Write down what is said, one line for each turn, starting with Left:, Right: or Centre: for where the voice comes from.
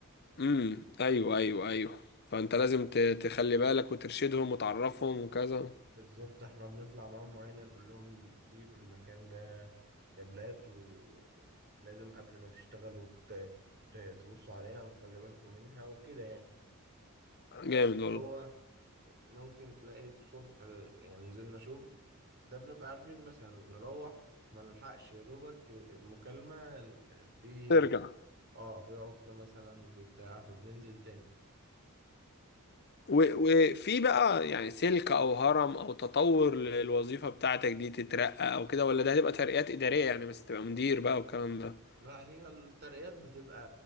Left: امم ايوه ايوه ايوه فانت لازم ت- تخلي بالك وترشدهم وتعرفهم وكذا
Right: بالظبط احنا بنطلع معاهم معانا نقول لهم في في المكان ده كابلات ولازم قبل ما تشتغلوا ت- ت- تبصوا عليها وتخلي بالكم منها وكده يعني
Left: جامد
Right: بس
Left: والله
Right: هو ممكن تلاقي الصبح يعني نزلنا شغل ده بنبقى عارفين مثلا نروح ما نلحقش يا دوبك مكالمة في
Left: ترجع
Right: اه في عطلة مثلا في بتاع فبننزل تاني
Left: و- وفي بقى يعني سلك او هرم او تطور للوظيفة بتاعتك دي تترقى او كده ولا ده هتبقى ترقيات إدارية يعني بس تبقى مدير بقى والكلام ده
Right: لا هي الترقيات بتبقى